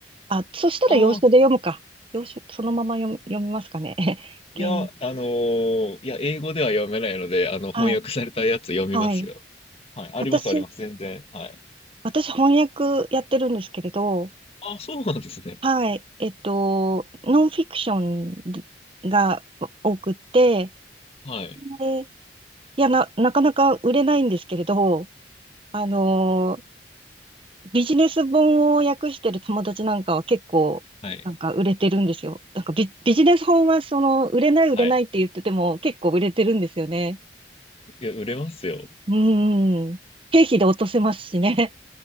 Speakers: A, on the right; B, on the left.
A: あ、そしたら洋書で読むか。
B: ああ、
A: 洋書、そのまま読む、読みますかね。<laughs>
B: いや、あのーいや、英語では読めないので、あの、翻訳されたやつ読みますよ。
A: 原、はい、はい。
B: はい。あります、
A: 私、
B: あります。全然。はい。
A: 私翻訳やってるんですけれど、
B: ああ、そうなんですね。
A: はい、えっと、ノンフィクションが多くって、
B: はい。
A: でいや、な、なかなか売れないんですけれど、あのービジネス本を訳してる友達なんかは結構、
B: はい。
A: なんか売れてるんですよ。なんかビ、ビジネス本はその、売れない売れないって言ってても結構売れてるんですよね。
B: はい。いや、売れますよ。
A: うーん。経費で落とせますしね。